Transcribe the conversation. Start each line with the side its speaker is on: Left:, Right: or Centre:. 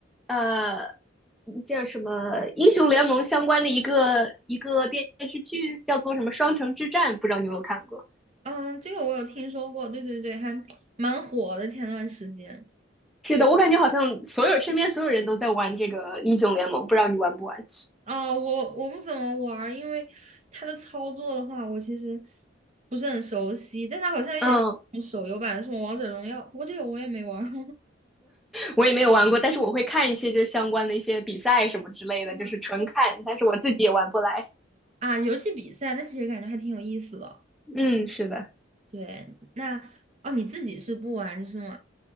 Centre: 呃叫什么英雄联盟相关的一个一个电视剧，叫做什么《双城之战》，不知道你有没有看过？
Right: 嗯，这个我有听说过，对对对，还蛮火的。前段时间，
Centre: 是的，
Right: 对，
Centre: 我感觉好像所有身边所有人都在玩这个英雄联盟，不知道你玩不玩？
Right: 啊、我我不怎么玩儿，因为它的操作的话，我其实不是很熟悉，但它好像有点像手游版的什么王者荣耀，
Centre: 嗯，
Right: 不过这个我也没玩儿
Centre: 我也没有玩过，但是我会看一些就是相关的一些比赛什么之类的，就是纯看，
Right: <laughs>
Centre: 但是我自己也玩不来。
Right: 啊。游戏比赛，那其实感觉还挺有意思的。
Centre: 嗯，是的，
Right: 对，那哦，你自己是不玩是吗？